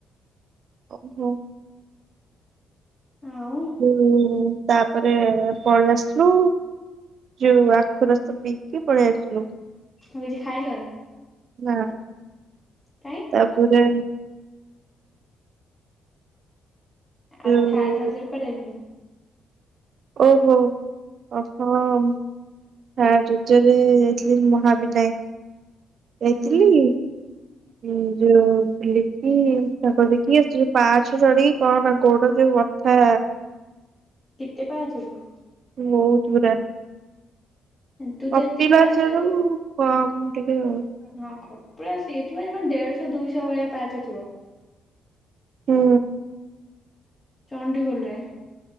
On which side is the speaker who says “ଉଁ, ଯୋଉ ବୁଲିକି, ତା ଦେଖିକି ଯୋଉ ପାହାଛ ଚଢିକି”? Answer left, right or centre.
Right